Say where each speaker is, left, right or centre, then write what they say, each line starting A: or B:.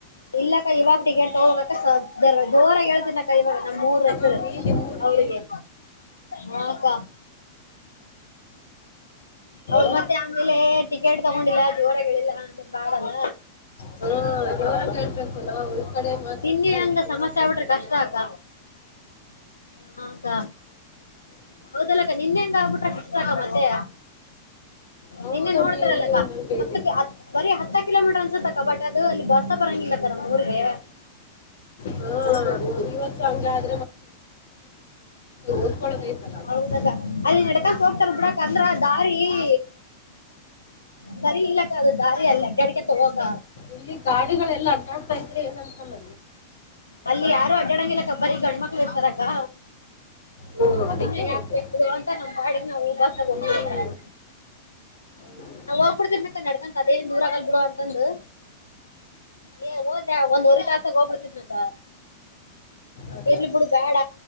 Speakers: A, on the left (about 80°); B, on the left (about 60°).
A: ಇಲ್ಲಕ್ಕ ಇವಾಗ ಟಿಕೆಟ್ ತೊಗೊಹೋಗಕ್ಕೆ ಸ ಜರ ಜೋರಾಗ್ ಹೇಳ್ತಿನಕ್ಕ ಇವಾಗ.
B: ನೋಡಿ
A: ಮೂರ್
B: ತಗೊಮ್ಮಿ
A: ಹೆಸರು
B: ನಿಮ್ಮೂರಿಗೆ
A: ಅವ್ರಿಗೆ ಹಾ ಕ್ಕ.
B: ಹ್ಮ್
A: ಅವ್ರ ಮತ್ತೆ ಆಮೇಲೆ ಟಿಕೆಟ್ ತಗೊಂಡಿಲ್ಲ ಜೋರಗೇಳಿಲ್ಲ ಅಂದ ಬ್ಯಾಡಲ್ಲ.
B: ಹಾ ಯಾಗ ಹೇಳ್ಬೇಕು ನಾವು ಈ ಕಡೆ ಮಾತಾಡ್ತಾ
A: ನಿನ್ನೆ ಹಂಗ ಸಮಸ್ಯೆ ಆಗ್ಬಿಟ್ರೆ ಕಷ್ಟ
B: ಇಲ್ಲ <inaudible>
A: ಅಕ್ಕ ಹಾ ಅಕ್ಕ ಹೌದಲ್ಲಕ್ಕ ನಿಂದೆ ಹೆಂಗ ಆಗ್ಬಿಟ್ರ ಕಷ್ಟತಕ ಮತ್ತೆ
B: ಹೌದಾ
A: ನಿನ್ನೆ ನೋಡ್ತಾರಲ್ಲ
B: ಬಿ ಇನ್ನೇನ್
A: ಅಕ್ಕ
B: ಹಂಗೆ
A: ಹತ್ತ
B: ಇದೆ
A: ಹತ್ತಕ್ಕೆ ಬರೀ ಹತ್ತ ಕಿಲೋಮೀಟರ್ ಅನ್ಸತ್ತಕ್ಕಕ ಬಟ್ ಅದು ಅಲ್ಲಿ ಬಸ್ಸ ಬರಂಗಿಲ್ಲ ಅಕ್ಕ ನಮ್ಮ ಊರಿಗೆ
B: ಹಾ ಇವತ್ತು ಹಂಗೆ ಆಯ್ತ್. ಓದ್ಕೊಳ್ಳೋದೈತಲ್ಲ ಹ್ಮ್.
A: ಹೌದ ಅಕ್ಕ ಅಲ್ಲಿ ನಡ್ಕತ್ ಹೋಗ್ತಾರೆ ಬುಡಕ್ಕ ಅಂದ್ರ ಅರಿ ಹ ಸರಿ ಇಲ್ಲಕ್ಕ ಅದು ದಾರಿ ಅಲ್ಲ ಅಡ್ಡಾಡ್ಕೋತ ಹೋಗಾಕ
B: ಇಲ್ಲಿ ಗಾಡಿಗಳೆಲ್ಲ ಅಡ್ಡಾಡ್ತಾ ಇದ್ರೆ ಏನ್ ಅನ್ಸಲ್ಲ.
A: ಅಲ್ಲಿ ಯಾರು ಅಡ್ಯಾಡಂಗಿಲ್ಲ ಅಕ್ಕಾ ಬರಿ ಗಂಡ ಮಕ್ಕಳ ಇರ್ತಾರಕ್ಕ.
B: ಹ್ಮ್ ಅದಕ್ಕೆ
A: ಸುಮ ಯಾಕ್
B: ಹೋದೆ
A: ಬೇಕು ಅಂತ ಕೊಡು ಅಂತ ನಮ್ಮ್ ಪಾಡಿಗೆ ನಾವು ಬಸ್ಸಾಗ್
B: ಹ್ಮ್
A: ಹೋಗಬೇಕು ಅಕ್ಕ.
B: ಹ್ಮ್
A: ನಾವು ಹೋಗ ಬಿಡ್ತೀನ ಅಕ್ಕ ನಡಕಂತ ಅದೇ ದೂರ ಆಗಲ್ ಬಿಡು ಅಂತಂದಂದು. ಏ ಓದ್ಯಾ ಒಂದ್ವರಿ ದ್ಲಾಸಗ ಹೋಗ್ಬಿಡ್ತಿದನಕ್ಕ.
B: ಅದೇ
A: ಇರ್ಲಿ
B: ಅದೇ
A: ಬಿಡು ಬೇಡ